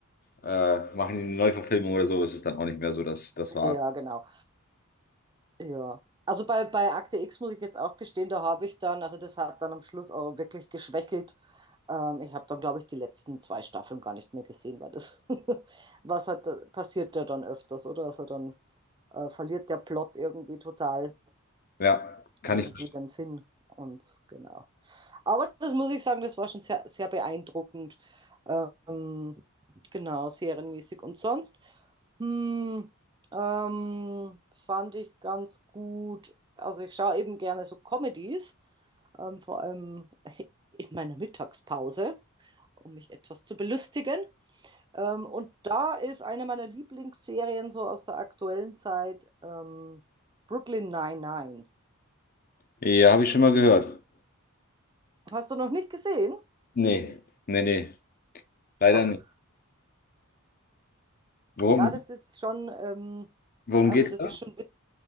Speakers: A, on the left; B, on the right.
A: äh, machen die eine Neuverfilmung oder so, ist es dann auch nicht mehr so, dass das war.
B: Ja, genau. Ja. Also bei, bei Akte X muss ich jetzt auch gestehen, da habe ich dann, also das hat dann am Schluss auch wirklich geschwächelt. Ähm, ich habe dann, glaube ich, die letzten zwei Staffeln gar nicht mehr gesehen, weil das, <laughs> was hat, passiert ja dann öfters, oder? Also dann äh, verliert der Plot irgendwie total
A: Ja, kann
B: irgendwie
A: ich.
B: den Sinn. Und genau. Aber das muss ich sagen, das war schon sehr, sehr beeindruckend. Ähm, genau, serienmäßig. Und sonst hm, ähm, fand ich ganz gut. Also ich schaue eben gerne so Comedies, ähm, vor allem <laughs> in meiner Mittagspause, um mich etwas zu belustigen. Ähm, und da ist eine meiner Lieblingsserien so aus der aktuellen Zeit ähm, Brooklyn Nine-Nine.
A: Ja, habe ich schon mal gehört.
B: Hast du noch nicht gesehen?
A: Nee, nee, nee, leider
B: Ach,
A: nicht. Worum,
B: ja, das ist schon, ähm,
A: worum
B: also
A: geht's
B: das
A: da?
B: ist schon, wit-